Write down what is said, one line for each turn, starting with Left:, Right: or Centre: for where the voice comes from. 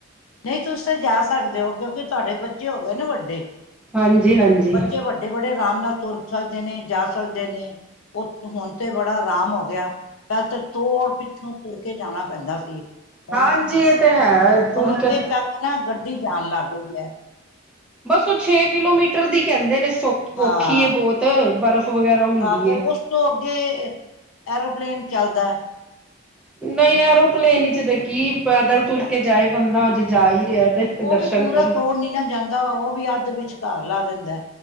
Left: ਨਹੀਂ ਤੁਸੀ ਤਾਂ ਜਾ ਸਕਦੇ ਹੋ ਕਿਉਂਕਿ ਤੁਹਾਡੇ ਬੱਚੇ ਹੋ ਗਏ ਨੇ ਵੱਡੇ
Centre: ਹਾਂਜੀ ਹਾਂਜੀ
Left: ਬੱਚੇ ਵੱਡੇ ਬੜੇ ਆਰਾਮ ਨਾਲ ਤੁਰ ਸਕਦੇ ਨੇ ਜਾ ਸਕਦੇ ਨੇ ਉਹ ਹੁਣ ਤੇ ਬੜਾ ਆਰਾਮ ਹੋ ਗਿਆ ਪਹਿਲ ਤਾਂ <unintelligible> ਪਿੱਛੋਂ ਤੁਰ ਕੇ ਜਾਣਾ ਪੈਂਦਾ ਸੀ ਹੁਣ
Centre: ਹਾਂਜੀ ਇਹ ਤੇ ਹੈ ਤੁਰ
Left: ਹੁਣ ਅੱਗੇ
Centre: ਕੇ
Left: ਤੱਕ ਨਾ ਗੱਡੀ ਜਾਣ ਲੱਗ ਗਈ ਹੈ
Centre: ਬਸ ਉਹ ਛੇ ਕਿਲੋਮੀਟਰ ਦੀ ਕਹਿੰਦੇ ਨੇ
Left: ਹਾਂ
Centre: ਔਖੀ ਬਹੁਤ ਬਰਫ਼ ਵਗੈਰਾ ਹੁੰਦੀ
Left: ਹਾਂ ਫਿਰ ਉਸ ਤੋਂ ਅੱਗੇ ਐਰੋਪਲੇਨ ਚੱਲਦਾ
Centre: ਨਹੀਂ ਐਰੋਪਲੇਨ ਵਿੱਚ ਦੇ ਕੀ ਪੈਦਲ ਤੁਰ ਕੇ ਜਾਏ ਬੰਦਾ ਜੇ ਜਾ ਹੀ ਰਿਹਾ ਤੇ
Left: ਉਹ
Centre: ਦਰਸ਼ਨ
Left: ਵੀ ਪੂਰਾ
Centre: ਕਰਨ
Left: ਤੋੜ <unintelligible> ਨਿ ਨਾ ਜਾਂਦਾ ਉਹ ਵੀ ਅੱਧ ਵਿਚਕਾਰ ਲਾ ਦਿੰਦਾ